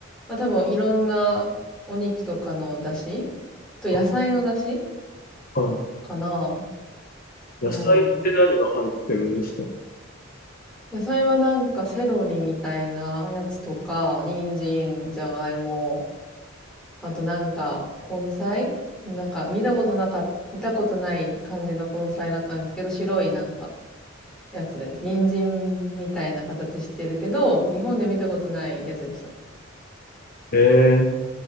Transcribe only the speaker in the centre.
まあ多分いろんなお肉とかの出汁と野菜の出汁
かな。
うん。野菜はなんかセロリみたいなやつとか、人参、じゃがいも、あとなんか根菜なんか見たことなか、見たことない感じの根菜だったんですけど、白いなんかやつです。人参みたいな形してるけど、日本で見たことないやつです。